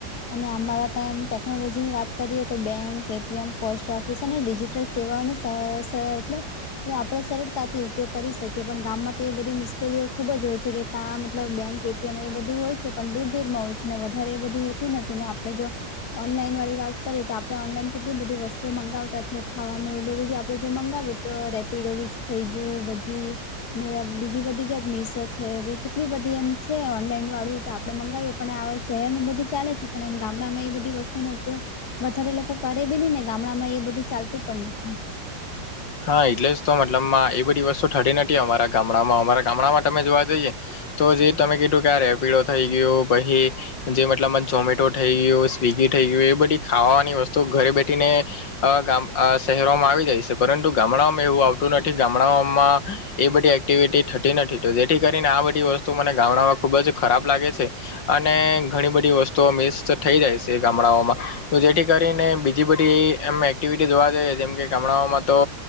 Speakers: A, on the left (about 60°); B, on the left (about 80°).
A: અને અમારા ત્યામ ટેકનોલોજી ની વાત કરીએ તો બેંક, એટીએમ, પોસ્ટ ઓફિસ અને ડિજિટલ સેવાઓનો સ સ એટલે આપણે સરળતાથી ઉપયોગ કરી શકીએ પણ ગામમાં તો બધી મુશ્કેલીઓ ખુબ જ હોય છે કે ત્યા મતલબ બેંક કેમ એ બધું હોય છે પણ દૂર દૂરમાં હોય છે ને વધારે એ હોતું નથી ને આપડે જો ઓનલાઈન વાળી વાત કરીએ તો આપણે ઓનલાઈન કેટલી બધી વસ્તુઓ મંગાવતા છે. ખાવાનું <unintelligible> બી આપણે જે મંગાવીએ તો રેપિડો બી થઈ ગયું બધી ને બીજી બધી જે મીશો છે કેટલી બધી એમ છે ઓનલાઈન વાળું તે આપડે મંગાવીએ, પણ આવે શહેરમાં બધું ચાલે છે પણ એમ ગામડામાં એ બધી વસ્તુનો ઉપયોગ, વધારે લોકો કરે બી ની ને ગામડા માં એ બધું ચાલતું પણ નથી.
B: હા એટલે જ તો મતલબમાં એ બધી વસ્તુ ઠટી નથી અમારા ગામડામાં. અમારા ગામડામાં તમે જોવા જઈએ, તો જે તમે કિધુ કે આ રેપીડો થઈ ગયુ પહી જે મતલબમાં ઝમેટો થઈ ગયુ, સ્વિગી થઈ ગયું એ બધી ખાવાની વસ્તુ ઘરે બેઠીને, અ ગામ અ શહેરોમાં આવી જાય છે. પરંતુ ગામડાઓમાં એવું આવતું નથી. ગામડાઓમાં એ બધી એક્ટિવિટી થતી નથી તો જેથી કરીને આ બધી વસ્તુ તો મને ગામડામાં ખૂબ જ ખરાબ લાગે છે. અને ઘણી બધી વસ્તુઓ મિસ તો થઈ જાય છે ગામડાઓમાં, તો જેથી કરીને બીજી બધી એમ એક્ટિવિટી જોવા જઈએ જેમ કે ગામડાઓમાં, તો